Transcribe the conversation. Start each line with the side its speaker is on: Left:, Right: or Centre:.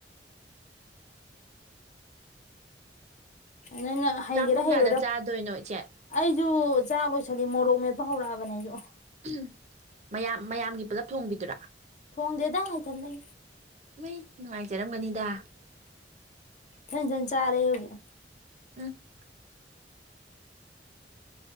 Left: ꯅꯪꯅ ꯍꯩꯒꯦꯔꯥ
Right: ꯆꯥꯛ ꯄꯨꯡ
Left: ꯍꯩꯔꯔ
Right: ꯀꯌꯥꯗ ꯆꯥꯗꯣꯏꯅꯣ ꯏꯆꯦ
Left: ꯑꯩ ꯖꯤ ꯆꯥꯥꯛ ꯂꯣꯏꯁꯜꯂꯤ ꯃꯣꯔꯣꯛ ꯃꯦꯠꯄ ꯍꯧꯔꯛꯑꯕꯅꯦ ꯑꯩꯁꯨ
Right: ꯎꯝ ꯃꯌꯥꯝ ꯃꯌꯥꯝꯒꯤ ꯄꯨꯜꯂꯞ ꯊꯣꯡꯕꯤꯗꯨꯔꯥ
Left: ꯊꯣꯡꯗꯦꯗꯪ ꯏꯊꯟꯇꯒꯤ
Right: ꯃꯤ ꯉꯥꯏ ꯆꯔꯝꯒꯅꯤꯗ
Left: ꯊꯟ ꯊꯟ ꯆꯥꯔꯦ ꯍꯧꯖꯤꯛ
Right: ꯎꯝ